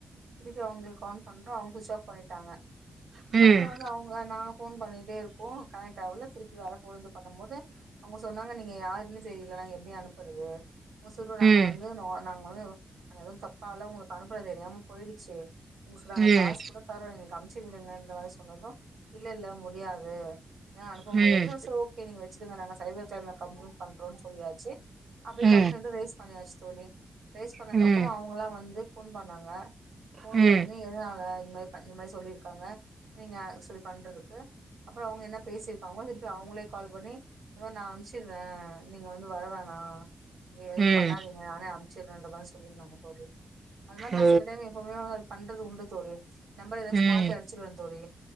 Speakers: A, on the right; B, on the right.
A: திர்ப்பி அவ்ங்ளுக்கு கான் பண்றோ <unintelligible> பொய்ட்டாங்க
B: ம்,
A: அப்றோ வந்து அவங்க நா ஃபோன் பண்ணிட்டே இருக்கோ கனெக்டாவ்ல திருப்பி வேற ஃபோன்ல இருந்து பண்ணும் போது அவங்க சொன்னாங்க நீங்க யாருன்னு தெரில நாங்க எப்டி அனுபறது சொல்றோ
B: ம்,
A: நாங்க வந்து நா நா ம் மொத நாங்க எதுவு தப்பாலா ஒங்ளுக்கு அனுப்பல தெரியாம பொயி சேரி ஒங்ளுக்கு நாங்க
B: ம்,
A: காஸ் தரோ எங்ளுக்கு அம்ச்சி விடுங்க இந்த சொன்னது இல்ல இல்ல முடியாது எனா அனுப்ப
B: ம்,
A: முடியாது சோ ஓகே நீங்க வச்சிக்கங்க நாங்க சைபர் க்ரைம்ல கம்லைன் பண்றோன் சொல்லியாச்சு அப்டி
B: ம்,
A: கம்ப்லைன்டு ரைஸ் பண்ணியாச்சி தோழி ரேஸ் பண்ணதுக்கு
B: ம்,
A: அப்றோ அவங்களா வந்து ஃபோன் பண்ணாங்க ஃபோன்
B: ம்,
A: பண்ணி எதனால இந்த மாரி பன் இந்த மாரி சொல்லிருக்காங்க நீங்க சொல்லி பண்றதுக்கு அப்றோ அவங்க என்ன பேசிருப்பாங்கனு சொல்ட்டு அவங்களே கால் பண்ணி இந்த மாரி நா அம்ச்ர்வே நீங்க வந்து வரவேனா வேற எது
B: ம்.
A: பண்ணாதீங்க நானே <unintelligible> மாரி சொல்லிருந்தாங்க <unintelligible> அது மார் நா
B: ஓ!
A: சில டைம் எப்பவுமே வந்து பண்றது உண்டு தோழி நம்பர எதாச்சு
B: ம்,
A: மாத்தி அடிச்சிருவ தோழி